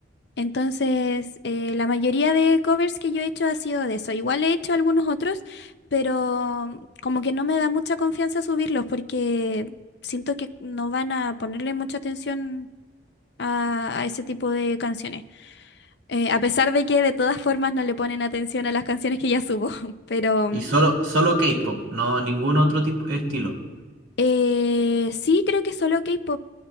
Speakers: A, on the left (about 60°); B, on the right (about 85°).
A: Entonces, eh, la mayoría de covers que yo he hecho ha sido de eso. Igual he hecho algunos otros, pero mm, como que no me da mucha confianza subirlos porque siento que no van a ponerle mucha atención a, a ese tipo de canciones. Eh, a pesar de que de todas formas no le ponen atención a las canciones que ya subo, <laughs> pero... mm,
B: Y solo, solo K-pop, no ningún otro tipo estilo.
A: Eh, sí, creo que solo K-pop.